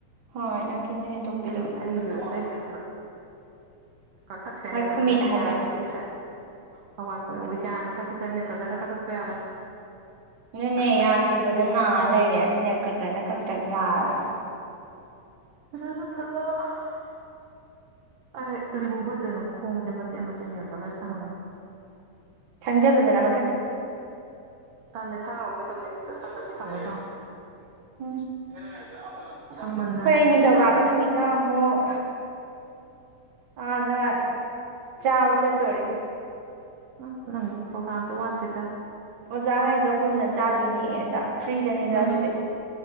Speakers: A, on the right; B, on the right.
A: ꯍꯣꯏ ꯅꯥꯀꯟꯗ ꯍꯦꯟꯗꯣꯛꯄꯤꯗꯣ
B: ꯑꯩ ꯑꯩꯒꯤꯁꯨ ꯑꯩꯒꯤ ꯊꯣꯛꯑꯦ ꯀꯛꯊꯠꯈ꯭ꯔꯦ
A: ꯍꯣꯏ
B: ꯅꯦꯜꯀꯇꯔꯅ
A: ꯈꯨꯃꯤꯠ ꯍꯥꯏꯕ꯭ꯔꯥ
B: ꯌꯥꯅ ꯈꯔ ꯆꯤꯛ ꯊꯠ ꯍꯋꯥꯏ
A: ꯑꯗꯨꯅꯦ
B: <unintelligible> <unintelligible>
A: ꯑꯗꯨꯅꯦ
B: ꯆꯞꯊꯠꯂꯣ
A: ꯌꯥꯅ ꯆꯤꯛꯄꯗ ꯅꯥ ꯂꯩꯔꯦ ꯑꯁꯤꯅꯦ ꯅꯦꯜꯀꯇꯔꯅ ꯀꯛꯊꯠꯇ꯭ꯔꯗꯤ ꯌꯥꯔ ꯔꯣꯏ
B: <unintelligible> ꯊꯣꯛꯂꯛꯑꯣ <unintelligible> ꯔꯤꯃꯨꯚꯔ ꯗꯅ ꯈꯣꯡꯁꯦ ꯃꯆꯦꯠ ꯃꯆꯦꯠ ꯅꯦ ꯀꯂꯔ ꯁꯪꯂꯩ
A: ꯁꯪꯖꯂꯨꯗꯅ ꯑꯃ
B: ꯇꯜꯂꯦ ꯁꯥꯡꯉ ꯉꯧꯒꯦ ꯇꯧꯅꯦ ꯁꯪꯗꯕꯤ ꯊꯝꯒꯦ ꯇꯧꯅꯦ
A: <unintelligible> <inaudible> ꯎꯝ
B: ꯁꯪꯃꯟꯗꯅ
A: ꯈꯣꯢ ꯅꯤꯡꯊꯧꯀꯥꯕ
B: ꯌꯥꯗ꯭ꯔꯦ
A: ꯅꯨꯃꯤꯠꯇ ꯑꯃꯨꯛ ꯑꯗ ꯆꯥꯕ ꯆꯠꯇꯣꯔꯤ
B: ꯎꯝ ꯅꯪꯒꯤꯗꯤ ꯄ꯭ꯔꯣꯒ꯭ꯔꯝꯁꯨ ꯋꯥꯠꯇꯦꯗ
A: ꯆꯥꯉꯩꯒ ꯄꯨꯟꯅ ꯆꯥꯗꯣꯏꯅꯌꯦ ꯑꯣꯖ ꯐ꯭ꯔꯤꯗꯅꯦ
B: ꯎꯝ
A: ꯆꯥꯗꯣꯏꯗꯤ